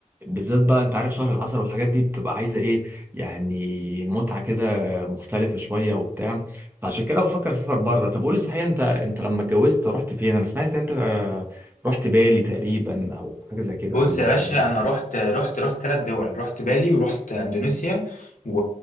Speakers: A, on the right (about 15°); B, on the left (about 80°).
A: بالذات بقى انت عارف شهر العسل والحاجات دي بتبقى عايزه ايه يعني متعه كده مختلفه شويه وبتاع فعشان كده بفكر اسافر بره طب قولي صحيح انت انت لما اتجوزت رحت فين انا سمعت ان انت آه، رحت بالي تقريبا او حاجه زي كده
B: بص
A: ولا
B: يا باشا
A: ولا ايه
B: انا رحت رحت رحت ثلاث دول رحت بالي ورحت اندونيسيا و...